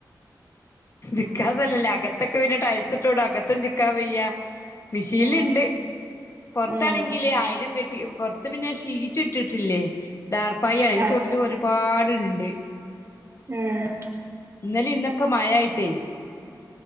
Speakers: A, on the left; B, on the right.
A: ജിക്കാതല്ലല്ല അകത്തൊക്കെ പിന്നെ ടൈൽസ് ഇട്ടോണ്ട് അകത്തും ചിക്കാൻ വെയ്യ. മിഷീൻല്ണ്ട്
B: ഉം
A: പൊറത്താണെങ്കില്
B: ഉം
A: അ യേലും കെ ട്ടി. പൊർത്ത് പിന്നെ ഷീറ്റ് ഇട്ടിട്ടില്ലേ ടാർപ്പായി അയിന്റെ
B: ആ
A: ചോട്ടില് ഒര്പാട് ഇണ്ട്.
B: ഏഹ്
A: ഇന്നലെ ഇന്നൊക്കെ മഴയായിട്ടേ